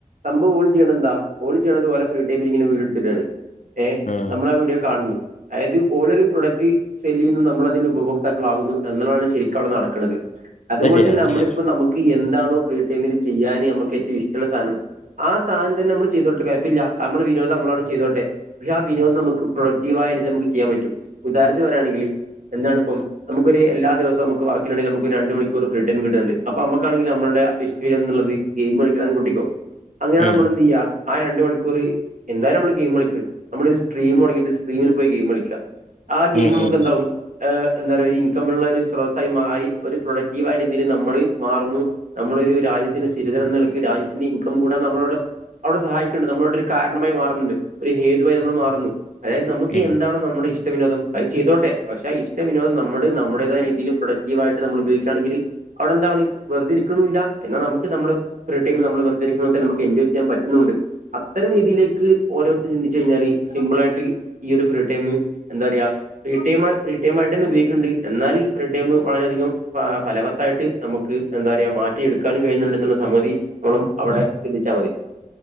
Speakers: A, on the right; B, on the left.
A: സംഭവം ഓള് ചെയ്യണത് എന്താ ഓള് ചെയ്യണത് ഇത് പോലെ ഫ്രീ ടൈമിലിങ്ങനെ വീഡിയോ എടുത്തിട്ടാണ് ഏ
B: ഉം
A: നമ്മൾ ആ വീഡിയോ കാണുന്നു അതായത് ഓളോരു പ്രൊഡക്റ്റ് സെല്ല് ചെയ്യുന്നു നമ്മള് അതിന്റെ ഉപഭോക്താക്കളാകുന്നു എന്നുള്ളതാണ് ശരിക്കും അവിടെ നടക്കണത്. അതുപോലെ
B: അത് ശരിയാണ്
A: തന്നെ
B: അത്
A: നമ്മളിപ്പോ
B: ശരിയാണ്
A: നമുക്ക് എന്താണോ ഫ്രീ ടൈമില് ചെയ്യാനേ നമുക്ക് ഏറ്റവും ഇഷ്ടമുള്ള സാനം ആ സാധനം തന്നെ നമ്മള് ചെയ്തോട്ടെ കുഴപ്പില്ല നമ്മളെ വിനോദം നമ്മളവിടെ ചെയ്തോട്ടെ പക്ഷെ ആ വിനോദം നമുക്ക് പ്രൊക്റ്റീവാ യിട്ട് നമുക്ക് ചെയ്യാൻ പറ്റും. ഉദാഹരണത്തിന് പറയാണെങ്കില് എന്താണിപ്പം നമുക്ക് ഒരു എല്ലാ ദിവസം നമുക്ക് വർക്കിനിടേല് നമുക്ക് രണ്ട് മണിക്കൂർ ഫ്രീ ടൈം കിട്ടുന്നുണ്ട് അപ്പ നമുക്കാണെങ്കിൽ നമ്മ ൾടെ വിഷ് ചെയുന്നുളളത് ഗെയിമ് കളിക്കണതാണെന്നു കൂട്ടിക്കോ അങ്ങനാണെ
B: ഉം
A: നമ്മള് എന്ത് ചെയ്യാ ആ രണ്ട് മണിക്കൂർ എന്തായാലും നമ്മള് ഗെയിമ് കളിക്കണ്. നമ്മള് ഒരു സ്ട്രീം തുടങ്ങിട്ട് സ്ട്രീമില് പോയി ഗെയിമ് കളിക്കാ. ആ ഗെയിമ്
B: ഉം
A: നമുക്ക്
B: ഉം
A: എന്താവും ആഹ് എന്താ പറയാ ഇൻകമുള്ള ഒരു സ്രോതസ്സായിമായ് ഒരു പ്രൊഡക്റ്റീവ് ആയി രീതിയില് നമ്മള് മാറുന്നു നമ്മ ളൊരു രാജ്യത്തിന്റെ സിറ്റിസെൻ എന്നനിലക്ക് രാജ്യത്തിന്റെ ഇൻകം കൂടെ നമ്മളവിടെ അവിടെ സഹായിക്കെണ്ട് നമ്മളവിടെ ഒരു കാരണമായി മാറുന്നുണ്ട് ഒരു ഹേതുവായി നമ്മള് മാറുന്നു. അതായത് നമുക്ക്
B: ഉം
A: എന്താണോ നമ്മുടെ ഇഷ് ട വിനോദം അത് ചെയതോട്ടെ പക്ഷെ ഇഷ്ട വിനോദം നമ്മടെ നമ്മുടേതായ രീതിയില് പ്രൊഡക്ടീവായിട്ട് നമ്മള് ഉപയോഗിക്കയാണെങ്കില് അവിടെ എന്താ പണി വെറുതെ ഇരിക്കണുമില്ല എന്നാ നമുക്ക് നമ്മുടെ ഫ്രീടൈം നമ്മള് വെറുതെ ഇരിക്കുന്ന പോലെ തന്നെ നമുക്ക് എൻജോയ് ചെയ്യാൻ പറ്റുന്നു ണ്ട് അത്തരം രീതിയിലേക്ക് ഓരോരുത്തരും ചിന്തിച്ച് കഴിഞ്ഞാല് സിമ്പിൾ ആയിട്ട് ഈ ഒരു ഫീടൈമ് എന്താ പറയക ഫ്രീ ടൈമ് ഫ്രീ ടൈമ് ആയിട്ടന്നെ ഉപയോഗിക്കണെണ്ട് എന്നാല് ഫ്രീ ടൈംമ് വളരെയികം ആഹ് ഫലവത്തായി ട്ട് നമുക്ക് എന്താ പറയാ മാറ്റിയെടുക്കാനും കഴിയുന്നുണ്ട് എന്നുള്ള സമ്മതി നമ്മളും അവിടെ ചിന്തിച്ച മതി.